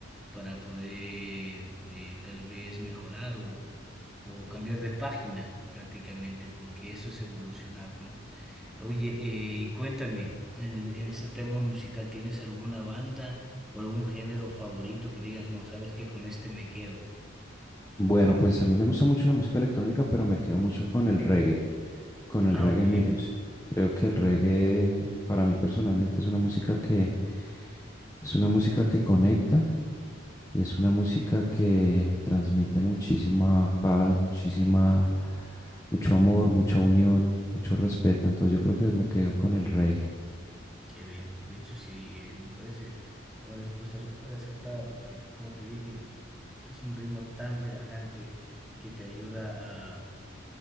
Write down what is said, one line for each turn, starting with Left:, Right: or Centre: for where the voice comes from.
Centre: para poder eh, tal vez mejorar o, o cambiar de página prácticamente porque eso es evolucionar no Oye, eh, y cuéntame, en el, en ese tema musical, ¿tienes alguna banda o algún género favorito que digas, no, sabes que con este me quedo?
Left: Bueno, pues a mí me gusta mucho la música electrónica, pero me quedo mucho con el reggae, con el
Centre: Ah,
Left: reggae
Centre: ok,
Left: music. Creo que el reggae, para mí personalmente, es una música que es una música que conecta Y es una música que transmite muchísima paz, muchísima, mucho amor, mucha unión, mucho respeto. Entonces yo creo que me quedo con el reggae.
Centre: qué bien. De hecho, sí, eh, me parece una respuesta súper acertada porque, como te dije, es un ritmo tan relajante que te ayuda a,